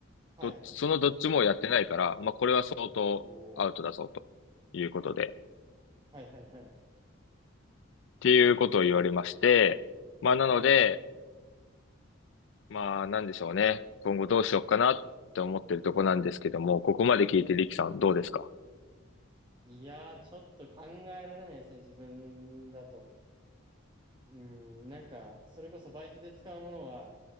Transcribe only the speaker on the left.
どっち、そのどっちもやってないから、まあ、これは相当アウトだぞ、
ということで、っ
ていうことを言われまして、
まあ、なので、
まあ、なんでしょうね。今後どうしようかなって思ってるとこなんですけども、ここまで聞いてリキさんどうですか